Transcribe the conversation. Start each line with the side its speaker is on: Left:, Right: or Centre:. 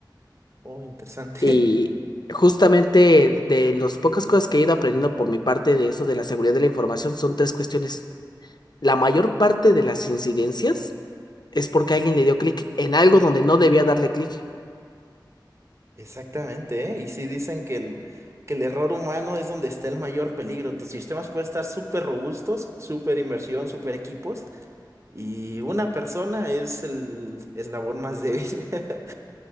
Right: Oh, interesante.
Left: Y justamente de las pocas cosas que he ido aprendiendo por mi parte de eso de la seguridad de la información son tres cuestiones. La mayor parte de las incidencias es porque alguien le dio clic en algo donde no debía darle clic.
Right: Exactamente, ¿eh? Y sí dicen que el, que el error humano es donde está el mayor peligro. Tus sistemas pueden estar súper robustos, súper inversión, súper equipos, y una persona es el eslabón más débil. <laughs>